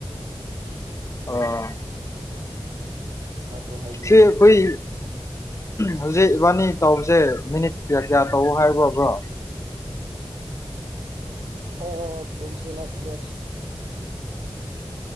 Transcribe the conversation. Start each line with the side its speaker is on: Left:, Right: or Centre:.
Left: ꯑꯣ
Right: ꯑꯩꯩ ꯁꯥꯅꯦ ꯍꯥꯏꯒꯤ
Left: ꯁꯤ ꯑꯩꯈꯣꯏ ꯍꯧꯖꯤꯛ ꯏꯕꯥꯅꯤ ꯇꯧꯕꯁꯦ ꯃꯤꯅꯤꯠ ꯀꯌꯥ ꯀꯌꯥ ꯇꯧ ꯍꯥꯏꯕ꯭ꯔꯕ꯭ꯔꯣ
Right: ꯍ ꯗꯝꯁꯤ ꯂꯥꯛ ꯗꯦꯠ